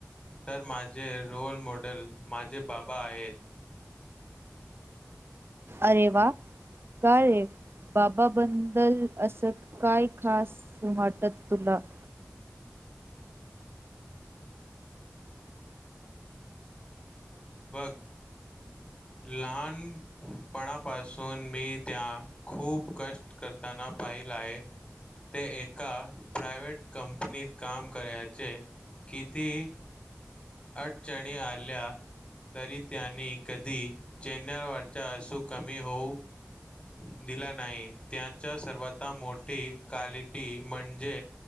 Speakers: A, on the left (about 20°); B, on the right (about 55°).
A: तर माझे रोल मॉडेल माझे बाबा आहेत.
B: अरे वा, का रे बाबा बंदल असं काय खास वाटत तुला. <inaudible>
A: बघ लहानपणापासून मी त्या खूप कष्ट करताना पाई लाय. ते एका प्रायवेट कंपनीत काम करायचे. किती अडचणी आल्या तरी त्यांनी कधी चेनवरटचा असू कमी होऊ दिला नाही त्याच्या सर्वाता मोठी क्वालिटी म्हणजे